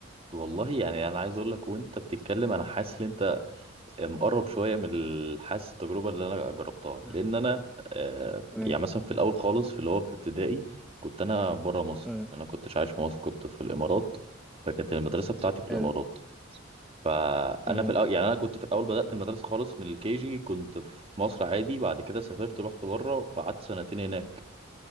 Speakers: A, on the right (about 30°); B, in the centre.
A: والله يعني انا عايز اقول لك وانت بتتكلم انا حاسس ان انت مقرب شويه من الحاسس التجربه اللي انا جربتها
B: مم.
A: لان انا آه،
B: مم.
A: يعني مثلا في الاول خالص في اللي هو في ابتدائي كنت انا بره مصر
B: مم.
A: انا كنتش عايش في مصر كنت في الامارات فكانت المدرسه بتاعتي في الامارات
B: حلو
A: فانا
B: مم.
A: في الاول يعني انا كنت في الاول بدات المدرسه خالص من الكي جي كنت في مصر عادي بعد كده سافرت رحت بره فقعدت سنتين هناك